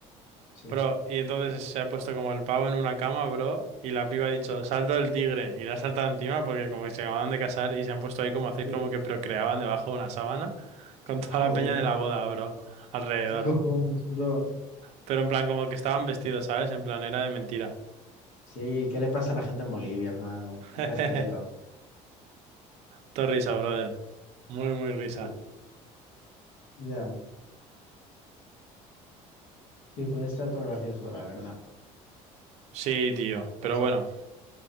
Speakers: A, on the left; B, on the right.
A: Sí.
B: Bro, y entonces se ha puesto como el pavo en una cama, bro, y la piba ha dicho, salto del tigre, y la ha saltado encima porque como que se acababan de casar y se han puesto ahí como a hacer
A: Sí.
B: como que procreaban debajo de una sábana <laughs> con toda
A: Joder,
B: la peña de la boda, bro, alrededor.
A: qué cojones, bro.
B: Pero en plan como que estaban vestidos, ¿sabes? En plan era de mentira.
A: Sí, ¿qué le pasa a la gente en Bolivia, hermano?
B: <laughs>
A: Respeto.
B: Todo risa, brother. Muy, muy risa.
A: Sí. Ya, sí, puede estar todo gracioso, la verdad.
B: Sí, tío.
A: O
B: Pero
A: sea,
B: bueno,